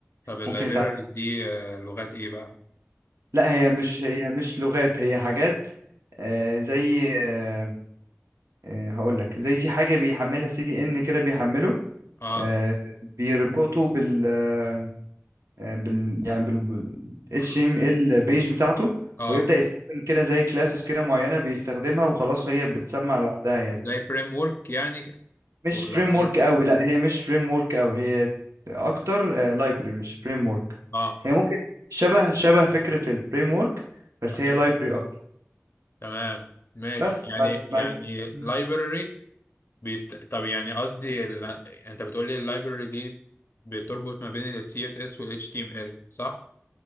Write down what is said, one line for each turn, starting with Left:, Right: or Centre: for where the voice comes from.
Left: طب اللايبريز
Right: ممكن يتعلم
Left: دي آه، لغات ايه بقى؟
Right: لا هي مش هي مش لغات هي حاجات آه زي آه آه هقول لك زي في حاجه بيحملها سي دي ان كده بيحمله
Left: اه
Right: آه، بيربطوا بال آه، بال يعني بال بال HTML
Left: اه
Right: بيج بتاعته
Left: اه
Right: ويبدأ يستخدم كده زي كلاسز كده معينة بيستخدمها وخلاص هي بتسمع لوحدها يعني
Left: زي فريم ورك يعني
Right: مش
Left: ولا
Right: فريم
Left: حاجة
Right: ورك قوي لا هي مش فريم ورك قوي هي اكتر لايبرري مش فريم ورك
Left: اه
Right: هي ممكن شبه شبه فكرة الفريم ورك بس هي
Left: ايوه
Right: لايبرري اكتر
Left: تمام ماشي
Right: بس
Left: يعني
Right: بعد بعد
Left: يعني
Right: كده-
Left: library بيست... طب يعني قصدي ال... انت بتقول لي اللايبرري دي بتربط ما بين ال CSS وال HTML صح؟